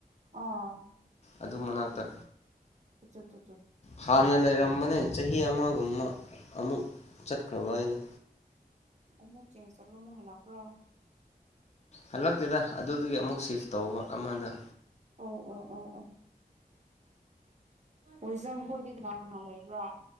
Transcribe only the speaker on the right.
ꯑꯥ
ꯑꯆꯥꯆꯥ
ꯑꯃꯨꯛ ꯆꯦꯟꯖ ꯇꯧꯔꯒ ꯑꯃꯨꯛ ꯍꯜꯂꯛꯄ꯭ꯔꯣ
ꯑꯣ ꯑꯣ ꯑꯣ ꯑꯣ ꯋꯤꯖꯝ ꯈꯣꯏꯗꯤ ꯂꯅ ꯂꯩꯕ꯭ꯔꯥ